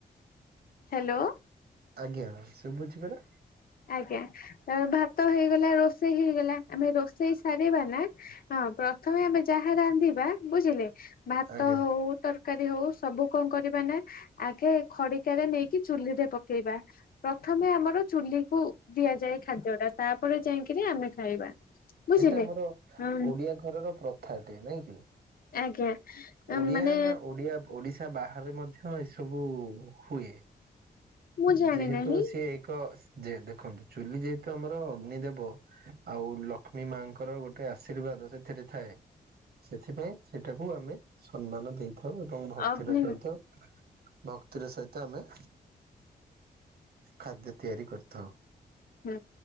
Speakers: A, on the left (about 65°); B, on the right (about 75°).
A: ହାଲୋ।
B: ଆଜ୍ଞା ସୁବୁଚି ପରା।
A: ଆଜ୍ଞା ତାପରେ ଭାତ ହେଇଗଲା ରୋଷେଇ ହେଇଗଲା ଆମେ ରୋଷେଇ ସାରିବାନା ହଁ ପ୍ରଥମେ ଆମେ ଯାହା ରାନ୍ଧିବା ବୁଝିଲେ ଭାତ
B: ଆଜ୍ଞା
A: ହଉ ତରକାରୀ ହଉ ସବୁ କଣ କରିବାନା ଆଗେ ଖଡ଼ିକାରେ ନେଇକି ଚୁଲିରେ ପକେଇବା। ପ୍ରଥମେ ଆମର ଚୁଲିକୁୁ ଦିଆଯାଏ ଖାଦ୍ୟଟା ତାପରେ ଯାଇକିରି ଆମେ ଖାଇବା। ବୁଝିଲେ
B: ଏଇଟା ଆମର
A: ହଁ
B: ଓଡିଆ ଘରର ପ୍ରଥାଟେ ନାଇଁ କି।
A: ଆଜ୍ଞା।
B: ଓଡିଆ
A: ମାନେ
B: ନା ଓଡିଆ ଓଡିଶା ବାହାରେ ମଧ୍ୟ ଏସବୁ ହୁଏ।
A: ମୁଁ ଜାଣି
B: ଯେହେତୁ
A: ନାହିଁ
B: ସିଏ ଏକ ଯେ ଦେଖନ୍ତୁ ଚୁଲି ଯେହେତୁ ଆମର ଅଗ୍ନି ଦେବ ଆଉ ଲକ୍ଷ୍ମୀ ମାଙ୍କର ଗୋଟେ ଆଶୀର୍ବାଦ ସେଥିରେ ଥାଏ ସେଥିପାଇଁ ସେଟାକୁ ଆମେ ସମ୍ମାନ ଦେଇ ଥାଉ ଏବଂ ଭକ୍ତିର
A: ଅଗ୍ନି
B: ସହିତ ଭକ୍ତିର ସହିତ ଆମେ ଖାଦ୍ୟ ତିଆରି କରିଥାଉ।
A: ହୁଁ,